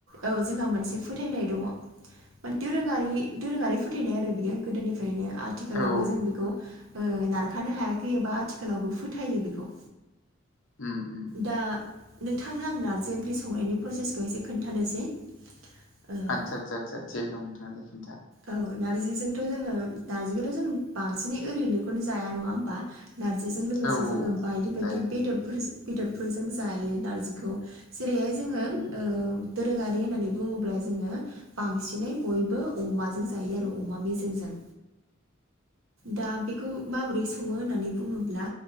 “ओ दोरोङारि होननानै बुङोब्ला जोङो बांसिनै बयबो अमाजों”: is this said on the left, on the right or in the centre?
Right